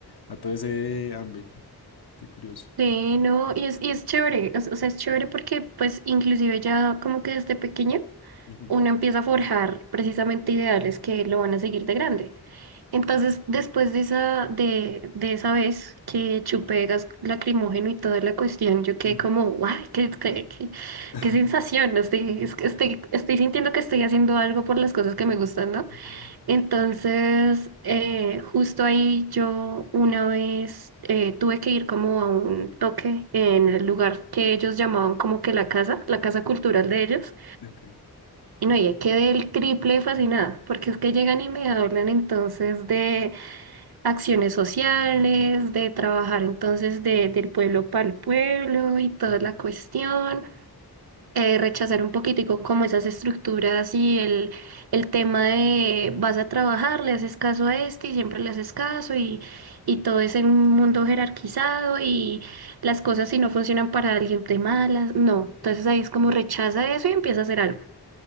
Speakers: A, on the left; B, on the right.
A: a todo ese ámbito. Qué curioso.
B: Sí, no, y es, y es chévere, es- o sea, es chévere porque pues inclusive ya como que desde pequeño
A: Ujú.
B: uno empieza a forjar precisamente ideales que lo van a seguir de grande. Entonces, después de esa, de, de esa vez que chupé gas lacrimógeno y toda la cuestión, yo quedé
A: Ujú.
B: como, guau, qué, qué, qué-
A: <laughs>
B: qué sensación, ¿no? estoy, es que estoy, estoy sintiendo que estoy haciendo algo por las cosas que me gustan, ¿no?
A: Ujú,
B: Entonces, eh, justo ahí yo una vez eh, tuve que ir como a un toque en el lugar que ellos llamaban como que la casa, la casa cultural de ellos,
A: Ok.
B: y no, y quedé el triple fascinada, porque es
A: ujú,
B: que llegan y me hablan entonces de acciones sociales, de trabajar entonces de, del pueblo para el pueblo y toda
A: ujú,
B: la cuestión, eh, rechazar un poquitico como esas estructuras y el, el tema de vas a trabajar, le haces caso a este y siempre le haces caso y, y todo es en un mundo jerarquizado y las cosas si no funcionan para alguien te malas, no, entonces ahí es como rechaza eso y empieza a hacer algo.